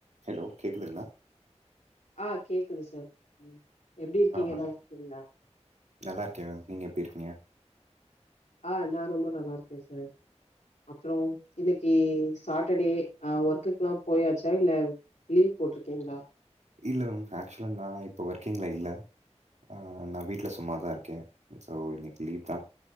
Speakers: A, on the right (about 75°); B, on the left (about 85°).
A: Hello கேக்குதுங்களா?
B: ஆ கேக்குது சார் ம். எப்டி இருக்கீங்க
A: ஆ மேம்.
B: நல்லா இருக்கீங்களா?
A: நல்லா இருக்கே மேம் நீங்க எப்டி இருக்கீங்க?
B: ஆ நா ரொம்ப நல்லா இருக்கே சார். அப்றோ இன்னக்கி சாட்டர்டே ஆ ஒர்க்குக்கு எல்லா போயாச்சா இல்ல லீவ் போட்ருக்கீங்களா?
A: இல்ல மேம் ஆக்சுவலா நான் இப்ப ஒர்க்கிங்ல இல்ல. ஆ நா வீட்ல சும்மாதா இருக்கே. சோ இன்னக்கி லீவ்தா